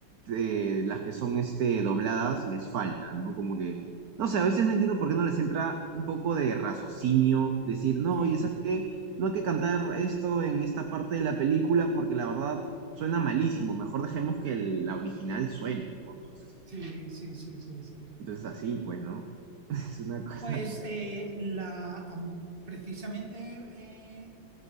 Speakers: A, on the right; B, on the right.
A: eh, las que son este, dobladas les faltan, ¿no? Como que, no sé, a veces no entiendo por qué no les entra un poco de raciocinio, decir, no,
B: sí,
A: oye, ¿sabes qué? No hay que cantar esto en esta parte de la película porque la verdad suena malísimo, mejor dejemos que el- la original suene, ¿no? Entonces,
B: sí, sí, sí, sí, sí.
A: entonces así, pues, ¿no? <laughs> Es una cosa
B: Pues
A: que,
B: eh, la, am, precisamente eh,